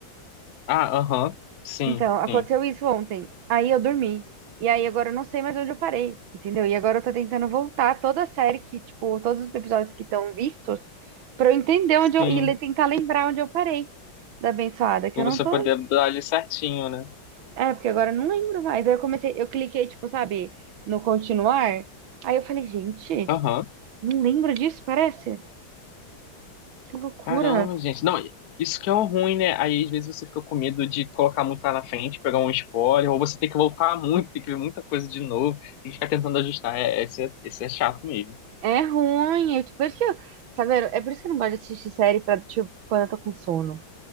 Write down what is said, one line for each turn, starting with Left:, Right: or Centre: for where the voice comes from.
Left: Ah, aham. Sim,
Right: Então, aconteceu
Left: sim.
Right: isso ontem. Aí eu dormi. E aí agora eu não sei mais onde eu parei, entendeu? E agora eu tô tentando voltar toda a série que, tipo, todos os episódios que estão vistos, pra eu entender onde eu,
Left: Sim.
Right: e le- tentar lembrar onde eu parei da abençoada, que
Left: Pra
Right: eu
Left: você
Right: não tô,
Left: poder dar ali certinho, né?
Right: É, porque agora eu não lembro mais. Aí eu comecei, eu cliquei, tipo, sabe, no continuar. Aí eu falei, gente,
Left: Aham.
Right: não lembro disso, parece? Que loucura.
Left: Caramba, gente. Não, isso que é um ruim, né? Aí às vezes você fica com medo de colocar muito lá na frente, pegar um spoiler, ou você tem que voltar muito, tem que ver muita coisa de novo, tem que ficar tentando ajustar. É, esse, é, esse é chato mesmo.
Right: É ruim. Eu, tipo, por isso que eu, sabe, é por isso que eu não gosto de assistir série pra, tipo, quando eu tô com sono.